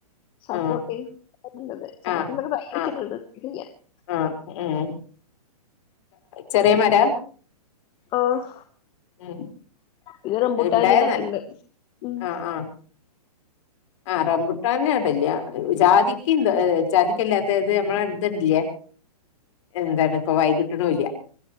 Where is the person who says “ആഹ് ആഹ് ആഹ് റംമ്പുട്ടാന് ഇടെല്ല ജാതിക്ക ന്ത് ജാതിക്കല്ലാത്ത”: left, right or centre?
Left